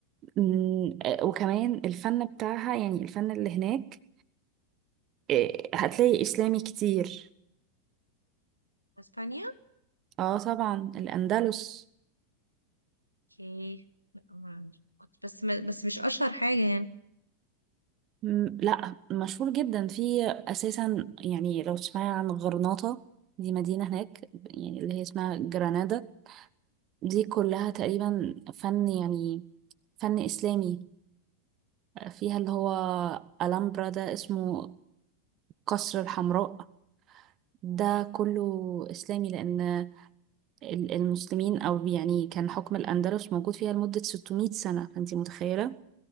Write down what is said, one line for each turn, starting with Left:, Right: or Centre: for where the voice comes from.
Right: أمم، آه، وكمان الفن بتاعها يعني الفن اللي هناك آه، هتلاقي اسلامي كتير
Left: اسبانيا
Right: اه طبعا الاندلس
Left: اوكي لا ما أعرف. كنت بس ما بس مش اشهر حاجة يعني
Right: مم، لا مشهور جدا في اساسا يعني لو تسمعي عن غرناطه دي مدينه هناك يعني اللي هي اسمها جرانادا دي كلها تقريبا فن يعني فن إسلامي فيها اللي هو ألامبرا ده اسمه قصر الحمراء ده كله إسلامي لأن ال- المسلمين أو يعني كان حكم الأندلس موجود فيها لمدة 600 سنة فأنتي متخيلة